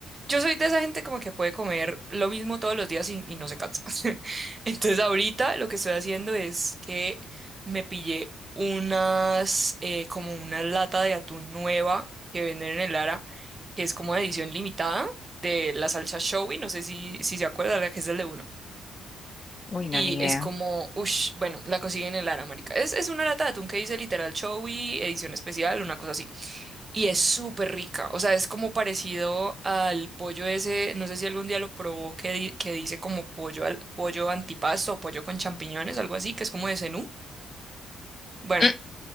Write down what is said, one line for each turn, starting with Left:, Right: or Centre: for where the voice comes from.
Right: yo soy de esa gente como que puede comer lo mismo todos los días y, y no se cansa. <laughs> Entonces ahorita lo que estoy haciendo es que me pillé unas, eh, como una lata de atún nueva que venden en el Lara, que es como de edición limitada de la salsa showy. No sé si, si se acuerda, la que es del de
Left: Uy, no,
Right: y
Left: ni idea.
Right: es como, uff, bueno, la consiguen en Lara, marica. Es, es una lata de atún que dice literal Chowi, edición especial, una cosa así. Y es súper rica. O sea, es como parecido al pollo ese, no sé si algún día lo probó, que, di- que dice como pollo, al, pollo antipasto o pollo con champiñones, algo así, que es como de Zenú. Bueno,
Left: Mm,